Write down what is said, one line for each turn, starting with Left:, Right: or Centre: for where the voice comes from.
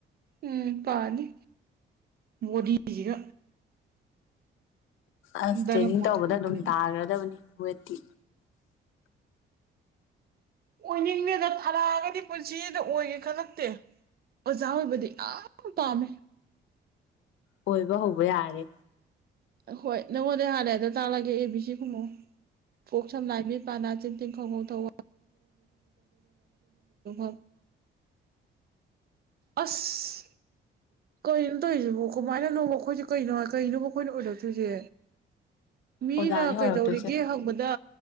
Right: ꯎꯝ ꯄꯥꯅꯤ ꯕꯣꯗꯤꯁꯤꯒ
Left: ꯑꯁ
Right: ꯗꯔꯝ
Left: ꯇꯔ꯭ꯦꯅꯤꯡ
Right: ꯃꯈꯜ
Left: ꯇꯧꯕꯗ
Right: ꯑꯃꯅꯤ
Left: ꯑꯗꯨꯝ ꯇꯥꯒ꯭ꯔꯗꯕꯅꯤ ꯋꯦꯠꯇꯤ
Right: ꯑꯣꯏꯅꯤꯡꯉꯦꯗ ꯊꯥꯔ ꯒꯗꯤ ꯄꯨꯟꯁꯤꯗ ꯑꯣꯏꯒꯦ ꯈꯜꯂꯛꯇꯦ ꯑꯣꯖꯥ ꯑꯣꯏꯕꯗꯤ ꯌꯥꯝ ꯄꯥꯝꯃꯦ
Left: ꯑꯣꯏꯕ ꯍꯧꯕ ꯌꯥꯔꯦ
Right: ꯑꯩꯈꯣꯏ ꯅꯉꯣꯟꯗꯩ ꯍꯥꯟꯅ ꯇꯥꯛꯂꯒꯦ ꯑꯦ ꯕꯤ ꯁꯤ ꯈꯨꯝꯃꯨ ꯀꯣꯛ ꯁꯝ ꯅꯏ ꯃꯤ ꯥꯄꯅꯖꯤꯟꯗꯤꯟ ꯒꯧ ꯉꯧ ꯊꯧ <unintelligible> ꯑꯁ ꯀꯔꯤꯅꯣ ꯇꯧꯔꯤꯁꯤꯕꯨ ꯀꯃꯥꯏꯅꯣꯃ ꯑꯩꯈꯣꯏꯁꯦ ꯀꯩꯅꯣ ꯀꯔꯤꯅꯣ ꯑꯩꯈꯣꯏꯅ ꯑꯣꯏꯔꯛꯇꯣꯏꯁꯦ ꯃꯤꯅ
Left: ꯑꯣꯖꯥꯅꯤ ꯑꯣꯏꯔꯛꯇꯣꯏꯁꯦ
Right: ꯀꯩꯗꯧꯔꯤꯒꯦ ꯍꯪꯕꯗ